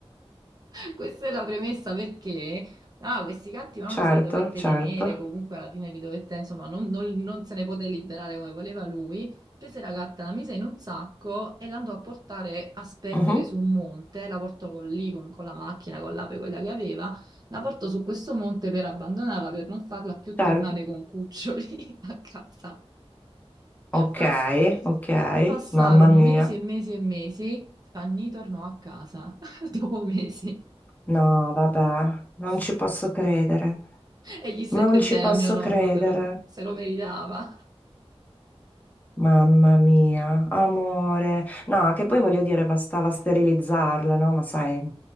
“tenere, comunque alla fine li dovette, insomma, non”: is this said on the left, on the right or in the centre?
Right